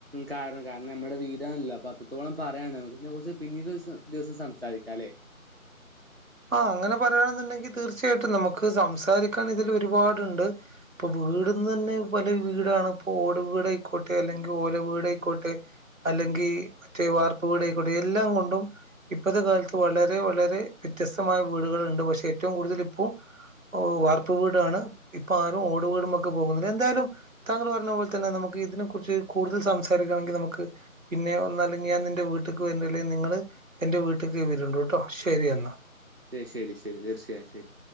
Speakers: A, on the right; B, on the right.
A: കാരണം കാരണം നമ്മുടെ വീടാണല്ലോ അപ്പത്രത്തോളം പറയാണ്ട്‌ നമുക്ക് ഇതിനെ കുറിച്ച് പിന്നീട് ഒരു ദിവസം സംസാരിക്കാല്ലേ
B: ആഹ് അങ്ങനെ പറയാണെന്നുണ്ടെങ്കിൽ തീർച്ചയായിട്ടും നമുക്ക് സംസാരിക്കാനിതിൽ ഒരുപാടുണ്ട് ഇപ്പൊ വീട്ന്നന്നെ പല വീടാണ് ഇപ്പോ ഓട് വീ ടയിക്കോട്ടെ അല്ലെങ്കിൽ ഓല വീടായിക്കോട്ടെ അല്ലെങ്കിൽ മറ്റേ വാർക്ക വീടായിക്കോട്ടെ എല്ലാം കൊണ്ടും ഇപ്പോത്തെ കാലത്ത് വളരെ വളരെ വ്യത്യസ്തമായ വീടുകളുണ്ട് പക്ഷെ ഏറ്റവും കൂടുതൽ ഇപ്പോ ഓ വാർക്ക വീടാണ് ഇപ്പ ആരും ഓട് വീടുവെക്കപോകുന്നില്ല എന്തായാലും താങ്കൾ പറഞ്ഞ പോലെ തന്നെ നമുക്ക് ഇതിനെ കുറിച്ച് കൂടുതൽ സംസാരിക്കണെങ്കിൽ നമുക്ക് പിന്നെ ഒന്നല്ലെങ്കിൽ ഞാൻ നിന്റെ വീട്ടിക്ക് വരുന്നല്ലേൽ നിങ്ങള് എന്റെ വീട്ടിക്ക് വരുണ്ട്ട്ടോ ശരി എന്നാ
A: ശരി ശരി തീർച്ചയായും ശരി